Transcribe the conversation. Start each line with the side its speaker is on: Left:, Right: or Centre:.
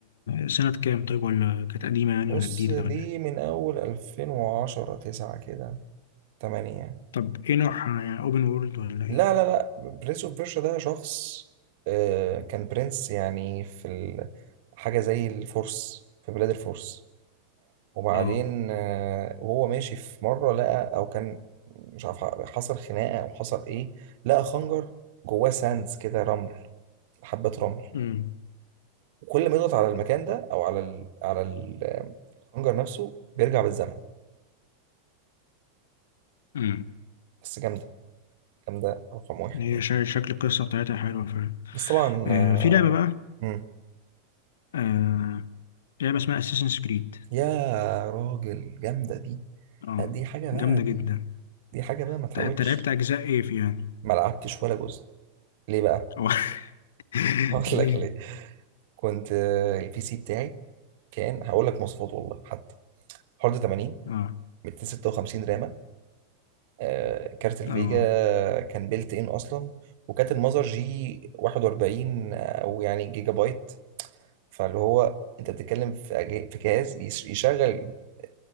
Left: سنة كام طيب ولا كانت قديمة يعني
Right: بص
Left: ولا جديدة
Right: دي
Left: ولا إيه؟
Right: من اول 2010 9 كده 8
Left: طب ايه نوعها يعني اوبن وورلد ولا ايه؟
Right: لا لا لا برنس اوف بيرشا ده شخص آه، كان برنس يعني في ال- حاجة زي الفرس في بلاد الفرس وبعدين
Left: اه
Right: آه، وهو ماشي في مرة لقى أو كان مش عارف حصل خناقة أو حصل إيه لقى خنجر جواه ساندز كده رمل حبة رمل
Left: امم
Right: وكل ما يضغط على المكان ده أو على ال على ال- آه، الخنجر نفسه بيرجع بالزمن
Left: امم
Right: بس جامدة جامدة رقم واحد
Left: هي
Right: يعني
Left: شا- شكل القصة بتاعتها حلوة فعلا
Right: بس طبعا
Left: آه
Right: آه،
Left: في لعبة بقى
Right: مم.
Left: آه لعبة اسمها اساسنز كريد
Right: يا راجل جامدة دي
Left: اه
Right: لا دي حاجة بقى
Left: جامدة
Right: دي
Left: جدا
Right: دي حاجة بقى ما تحاولش
Left: ت- انت لعبت اجزاء ايه في يعني؟
Right: ما لعبتش ولا جزء ليه بقى؟
Left: أو <laughs>
Right: <laughs> هقول
Left: ليه؟
Right: لك ليه كنت آه، البي سي بتاعي كان هقول لك مواصفات والله حتى هارد 80
Left: اه
Right: 256 رامة آه، كارت الفيجا
Left: اه
Right: كان بيلت ان اصلا وكانت المذر جي 41 او يعني جيجا بايت فاللي هو انت بتتكلم في أجه- في جهاز يش- يشغل آه،